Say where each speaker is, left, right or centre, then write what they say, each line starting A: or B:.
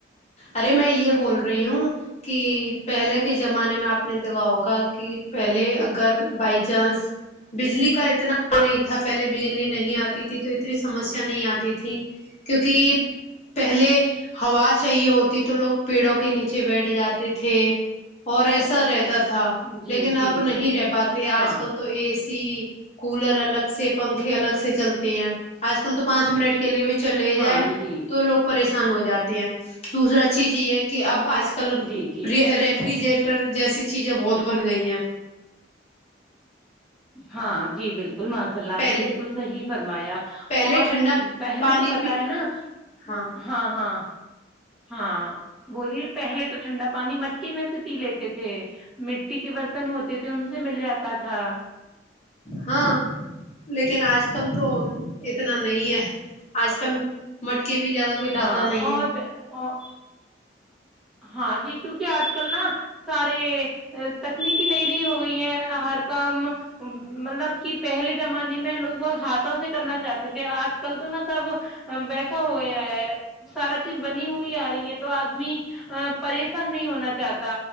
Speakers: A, on the left; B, in the centre.
A: ارے میں یہ بول رہی ہوں کہ پہلے کے زمانے میں آپ نے دگاؤگا کہ پہلے اگر بائی چانس بجلی کا اتنا نہیں تھا پہلے بجلی نہیں آتی تھی تو اتنی سمسیا نہیں آتی تھی کیونکہ پہلے ہوا چاہیے ہوتی تو لوگ پیڑوں کے نیچے بیٹھ جاتے تھے اور ایسا رہتا تھا
B: جی
A: لیکن اب
B: جی
A: نہیں رہ پاتے
B: ہاں
A: آج کل تو اے سی کولر الگ سے پنکھے الگ سے چلتے ہیں آج کل تو پانچ منٹ کے لیے بھی چلے جائ
B: ہاں جی
A: تو لوگ پریشان ہو جاتے ہیں دوسرا چیز یہ ہے کہ اب آج کل
B: جی جی
A: ریپ فریجریٹر جیسی چیزیں بہت بن گئی ہیں
B: ہاں جی بالکل بالکل ماشاء اللہ
A: پہلے
B: آپ نے بالکل صحیح فرمایا
A: پہلے
B: اور
A: ٹھنڈا
B: پہلے
A: پانی
B: تو پتا
A: پی
B: ہے نا
A: ہاں
B: ہاں ہاں ہاں بولیے پہلے تو ٹھنڈا پانی مٹکے میں سے پی لیتے تھے مٹی کے برتن ہوتے تھے ان سے مل جاتا تھا
A: ہاں لیکن آج کل تو اتنا نہیں ہے آج کل مٹک بھی زیادہ کوئی لاتا
B: ہاں
A: نہیں ہے
B: اور ہاں جی کیونکہ آج کل نا سارے تکنیکی نئی نئی ہو گئی ہیں ہر کام مطلب کہ پہلے زمانے میں لوگ ہاتھوں سے کرنا چاہتے تھے آج کل تو نا سب ویسا ہو گیا ہے سارا چیز بنی ہوئی آ رہی ہے تو آدمی پریشان نہیں ہونا چاہتا